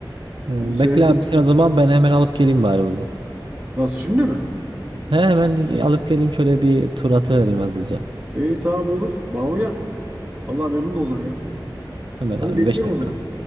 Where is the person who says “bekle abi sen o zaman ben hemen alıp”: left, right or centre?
Right